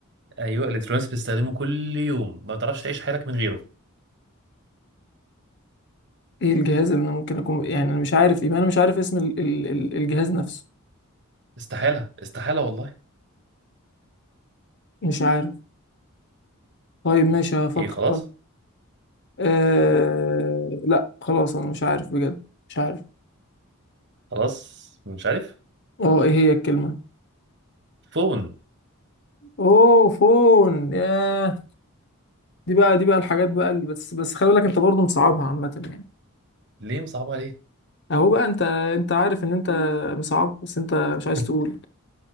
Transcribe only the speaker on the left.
ايه الجهاز اللي انا ممكن اكون يعني انا مش عارف يبقى انا مش عارف اسم ال... ال... ال- الجهاز نفسه
مش عارف طيب ماشي هفكر
آه... لا خلاص انا مش عارف بجد مش عارف
اه ايه هي الكلمة
اوه فون ياه دي بقى دي بقى الحاجات بقى اللي بس بس خلي بالك انت برضه مصعبها عامة يعني
اهو بقى انت انت عارف ان انت مصعب بس انت مش عايز
تقول